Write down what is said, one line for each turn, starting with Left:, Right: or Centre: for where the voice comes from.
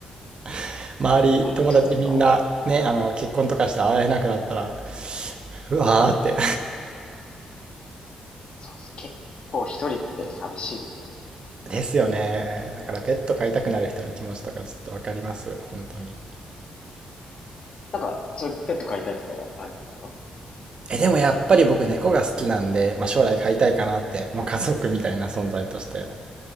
Right: <laughs> 周り、
Left: あ本当ですか
Right: 友達みんな、ね、あの、結婚とかして会えなくなったら、うわーって
Left: そうですね。結構一人って寂しいですよね。
Right: ですよね。だからペット飼いたくなる人の気持ちとかちょっとわかります。本当に。
Left: なんか、そういうペット飼いたいとかはあるんですか
Right: え、でもやっぱり僕猫が好きなんで、まあ、将来飼いたいかなって、もう家族みたいな存在として。